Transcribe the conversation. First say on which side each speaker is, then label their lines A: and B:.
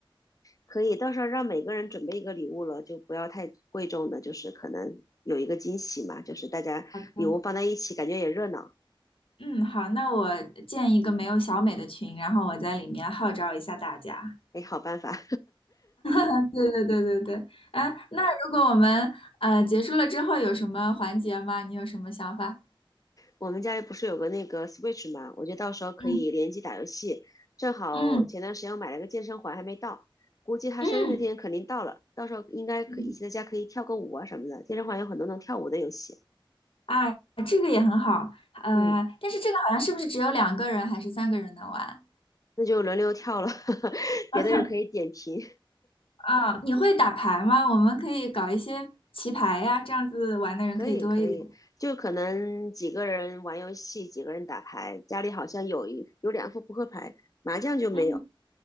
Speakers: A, on the left (about 40°); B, on the left (about 80°).
A: 可以，到时候让每个人准备一个礼物了，就不要太贵重的，就是可能有一个惊喜嘛，就是大家礼物放在一起，
B: 好的。
A: 感觉也热闹。
B: 嗯，好，那我建一个没有小美的群，然后我在里面号召一下大家。
A: 哎，好办法。<laughs>
B: <laughs> 对对对对对，啊，那如果我们呃结束了之后有什么环节吗？你有什么想法？
A: 我们家里不是有个那个 Switch 嘛，我觉得到时候可以联机打游戏。
B: 嗯
A: 正好前段时间我买了个健身环，
B: 嗯
A: 还没到，估计他生日那天肯定到了，
B: 嗯，
A: 到时候应该可以一起在家可以跳个舞啊什么的。
B: 嗯，
A: 健身环有很多能跳舞的游戏，
B: 啊，这个也很好，呃，
A: 嗯，
B: 但是这个好像是不是只有两个人还是三个人能玩？
A: 那就轮流跳了，<laughs>
B: <laughs>
A: 别的人可以点评。
B: 啊，你会打牌吗？我们可以搞一些棋牌呀，这样子玩的人可以多一点。
A: 可以可以，就可能几个人玩游戏，几个人打牌，家里好像有一有两副扑克牌，麻将就没有。
B: 嗯